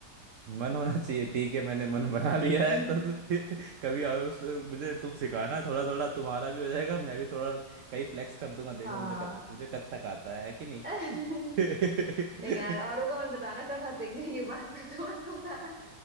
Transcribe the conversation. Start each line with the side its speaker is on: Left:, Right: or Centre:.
Right: मन होना चाहिए ठीक है मैंने मन बना लिया
Centre: <laughs>
Right: है तो तो फिर कभी आओ उस मुझे तुम सिखाना थोड़ा थोड़ा तुम्हारा भी हो जाएगा मैं भी थोड़ा कहीं फ्लेक्स कर दूंगा देखो
Centre: हाँ
Right: मुझे कथक मुझे कथक आता है है कि नहीं
Centre: <laughs>
Right: <laughs>
Centre: नहीं यार औरों को मत बताना सब हंसेंगे ये बात पे तो मत बताना